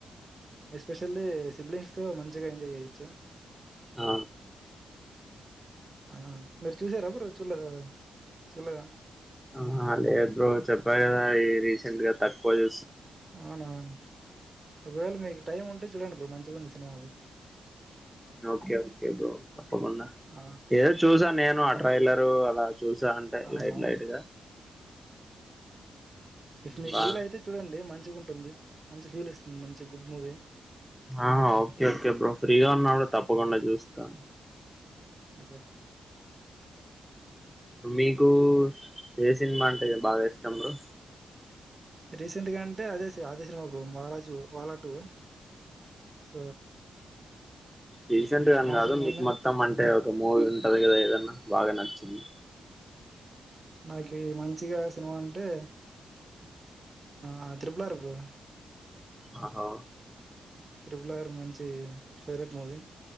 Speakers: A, on the right; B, in the centre.
A: ఎస్పెషల్లీ సిబ్లింగ్స్ తో మంచిగా ఎంజాయ్ చేయొచ్చు
B: ఆ
A: ఆ మీరు చూసార బ్రో చూడలేదా అది చూల్లేదా
B: ఆహా లేదు బ్రో చెప్ కదా ఈ రీసెంట్ గా త పల్
A: అవున అవును ఒకవేళ మీకు టైం ఉంటే చూడండి బ్రో మంచిగుంది సి సినిమాది
B: ఓకే ఓకే బ్రో తప్పకుండా
A: ఆ!
B: ఏదో చూసా నేను అ ట్రైలరు అలా చూసా అంటే
A: అవునా
B: లైట్ లైట్ గా
A: ఇప్పుడు మీకు
B: బా
A: వీల అయితే చూడండి మంచి మంచిగా ఉంటుంది మంచి ఫీల్ వస్తుంది మంచి గుడ్ మూవీ
B: ఆ ఓకే ఓకే బ్రో ఫ్రీగా ఉన్నాప్పుడు
A: ఆ!
B: తప్పకుండా చూస్తాను
A: అదె
B: మీకు ఏ సినిమా అంటే బాగా ఇష్టం బ్రో
A: రీసెంట్ గా అంటే అదే సి అదే సినిమా బ్రో వాలా టు స
B: రీసెంట్గాని కాదు
A: సినిమానే
B: మీకు మొత్తం అంటే
A: ఆ!
B: ఒక మూవీ ఉంటది కదా ఏదన్నా బాగా నచ్చింది
A: నాకు మంచిగా సినిమా అంటే ఆ త్రిపులార్ బ్రో
B: ఆహా
A: త్రిరుపులారు మంచి ఫేవరెట్ మూవీ